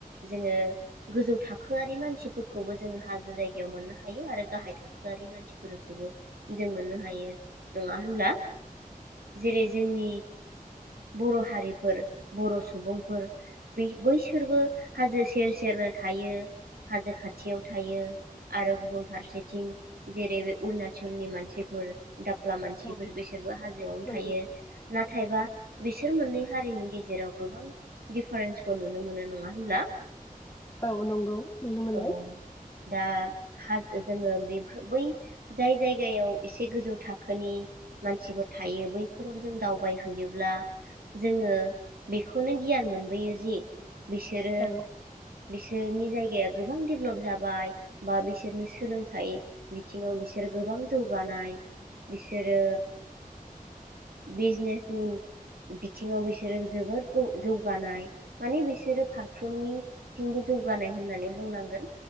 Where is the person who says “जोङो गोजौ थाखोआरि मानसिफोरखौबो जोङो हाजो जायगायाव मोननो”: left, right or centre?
Right